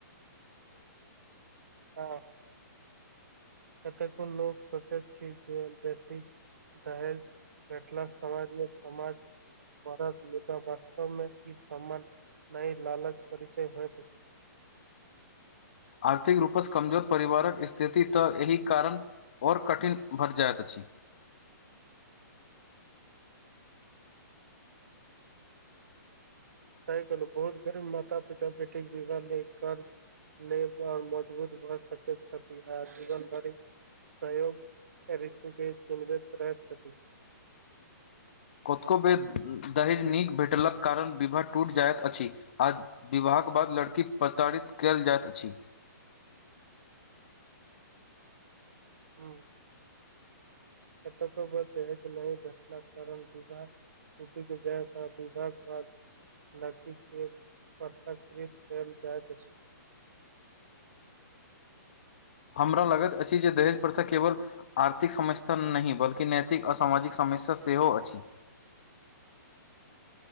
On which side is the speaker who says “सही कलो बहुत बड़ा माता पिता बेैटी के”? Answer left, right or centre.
Right